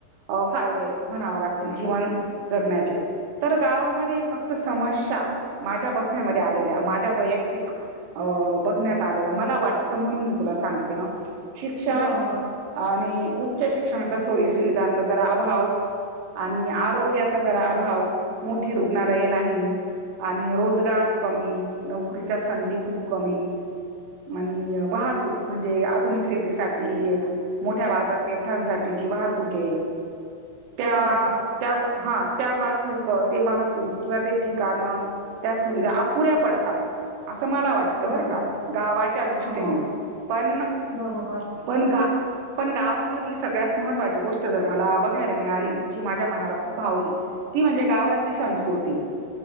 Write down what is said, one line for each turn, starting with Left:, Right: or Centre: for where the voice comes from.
Right: चछ फायदे म्हणाव लागतील जीवन जगण्याचे तर गावामध्ये फक्त समस्या माझ्या बघण्यामध्ये आलेल्या माझ्या वैयक्त बघण्यात आले मला वाटतं म्हणून मी तुला सांगते ह शिक्षण
Left: बरोबर,
Right: आणि उच्च शिक्षणाचा सोयी सुविधांचा जरा अभाव आणि आरोग्याचा जरा अभाव मोठी रुग्णालये नाही, आणि रोजगार कमी, नोकरीच्या संधी खूप कमी, आणि वाहतूक म्हणजे आधुनिक शेतीसाठी मोठ्या बाजारपेठांसाठी जीवा तुके, त्या
Left: बरोबर,
Right: हा त्या थूक ते वाहतूक किंवा ते ठिकाणं त्या सुविधा अपुऱ्या पडतात. असं मला वाटत
Left: बरोबर.
Right: बरं का गावाच्या दृष्टीन
Left: हो
Right: पण
Left: बरोबर,
Right: पण का पण गावामधली सगळ्यात महत्वाची गोष्ट जर मला बघायला मिळाली, जी माझ्या मनाला खूप भावली, ती म्हणजे गावातली संस्कृती,